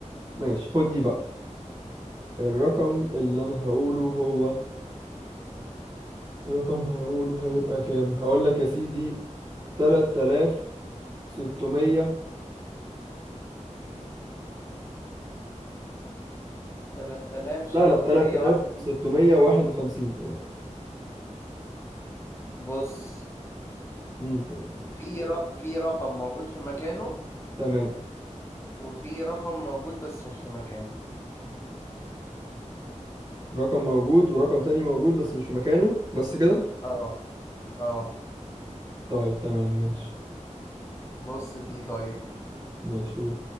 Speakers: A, on the right; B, on the left.
A: ماشي خد دي بقى الرقم اللي أنا هقوله هو رقم هقوله هيبقى كام هقول لك يا سيدي 3681
B: تلات آلاف ستمية
A: لا لا 3651
B: واحد بص
A: امم
B: في ر... في رقم موجود في مكانه
A: تمام
B: وفي رقم موجود بس مش في مكانه
A: رقم موجود ورقم تاني موجود بس مش في مكانه بس كده
B: اه اه
A: طيب تمام ماشي
B: بص دي طيب
A: ماشي شوف